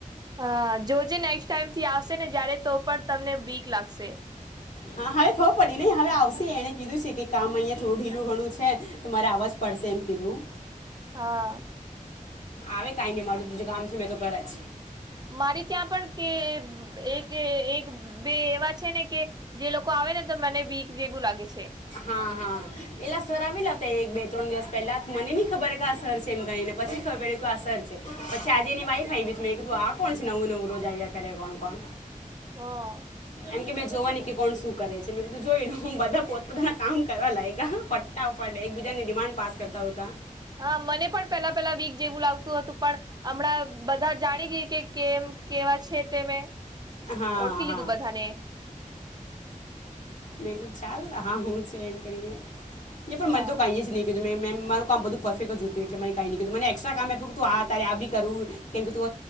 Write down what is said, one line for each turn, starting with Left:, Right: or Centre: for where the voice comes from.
Right: હા જો જે નેક્સ્ટ ટાઈમથી આવશે ને જયારે તો પણ તમને વીક લાગશે
Left: હા હવે ખબું પડે નહી હવે આવશે એને કીધું છે, કે કામ અહં થોડું ઢીલો ઘણું છે, તો મારે આવવાજ પડશે ફરસે એમ કીધું
Right: હા.
Left: આવે કઈ નહી મળ્યું તુંજું કામ છે, મેં તો કર જ
Right: મારી ત્યાં પણ કે એક એક બે એવા છે, ને કે જે લોકો ફરેતો મને બીક જેવું લાગે છે.
Left: હા હા પેલા સરામી લ તે એક બે ત્રણ દિવસ પહેલા થી, મને ની ખબર કે આ સર છે એમ કહીને, પછી ખબર કે આ સર છે, પછી આજે ની વાઇફ આઇવિ, મેં કીધું આ કોણ છે, નવું નવું રોજ આવ્યા કરે કોણ કોણ
Right: હા
Left: એમ કે મેં જોવાની કે કોણ શું કરે છે, મેં કીધું જોયલો બધા પોતાના કામ કરવા લાગ્યા પટ ટાફ્ટ એકબીજાની ડિમાન્ડ પાસ કરતા હોતા.
Right: હા મને પણ પેલા પેલા વીક જેવું લાગતું હતું પણ હમણાં બધા જ જાણી ગઈ કે કેમ કેવા છે, તે મેં
Left: હા
Right: ઓળખી લીધું
Left: હા
Right: બધાને
Left: મેં ક ચાલ હા હું છે, એમ કરીને પણ
Right: હા
Left: મન તો કહી જ નહીં કીધું મે મે મારું કામ બધું પરફેક્ટ જોયું એટલે મે કઈ ની કીધું મને એકસ્ટ્રા કામ આપ્યું તું આ તારે આ બી કરુ કેમ કે તુ